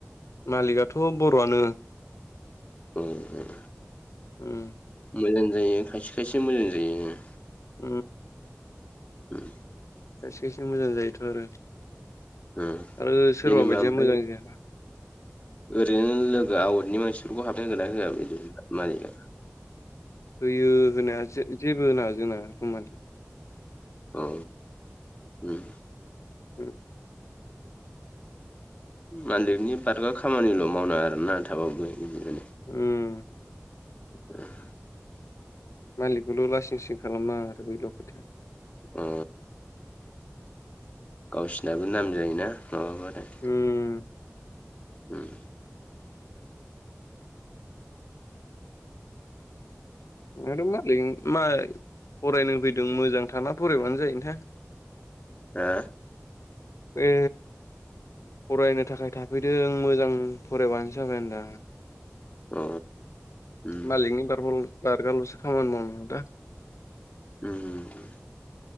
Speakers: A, on the left; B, on the left.
A: मालिकआाशथ' बर'आनो।
B: अम अम।
A: ओम।
B: मोजां जायो खायसे खायसे मोजां जायो।
A: उम।
B: उम।
A: खायसे खायसे मोजां जायोथ' आरो।
B: उम
A: आरो सोरबा
B: जेनेबा
A: बायदिया
B: ओमफ्राय
A: मोजां जायाना।
B: ओरैनो लोगो आवटनि मानसिफोरखौ हाबनो गोना होआ बिदि मालिकआ?
A: होयो होनाया जे-जेबो होना जोंना रुम मा
B: अ ओम।
A: उम।
B: मालिकनि बारगा खामानिल' मावनाङा आरोना थाबाबो बिदिनो।
A: ओम।
B: <unintelligible>
A: मालिकखौल' लासिं लासिं खालामनाङा आरो बेल' खोथाया
B: अ गावसिनाबो नाम जायोना माबाबाथाय।
A: ओम
B: उम
A: दाथ' मालिक मा फरायनो फैदों मोजां थाना फरायबानो जायोना
B: हा
A: ए फरायनो थाखाय थाफैदों मोजां फरायबानो जाबाय आदा
B: अ उम
A: मलिकनि बार बारगार'सो खामानि मावनांगौ दा
B: उम